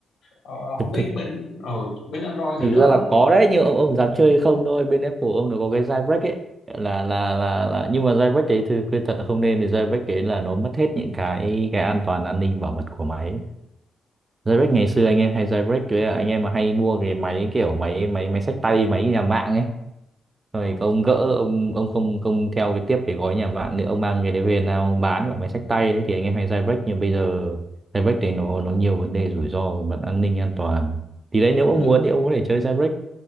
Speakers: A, on the left; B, on the right.
A: Ờ, không biết
B: thực
A: bên ờ, bên Android
B: thực
A: thì đỡ
B: ra là có đấy nhưng ông ông dám chơi hay không thôi bên Apple ông nó có cái jailbreak ấy là là là, là nhưng mà jailbreak đấy thì khuyên thật là không nên vì jailbreak đấy là nó mất hết những cái cái an toàn an ninh bảo mật của máy ấy. jailbreak ngày xưa anh em hay jailbreak với là anh em mà hay mua cái máy kiểu máy máy máy xách tay máy nhà mạng ấy rồi
A: Ừ.
B: ông gỡ ông ông không không theo cái tiếp cái gói nhà mạng nữa ông mang cái đấy về nào ông bán gọi máy xách tay đấy thì anh em hay jailbreak
A: ừ.
B: nhưng bây giờ jailbreak đấy nó nó nhiều vấn đề rủi ro về mặt an ninh an toàn thì đấy nếu
A: hình
B: ông
A: như
B: muốn thì ông có thể chơi jailbreak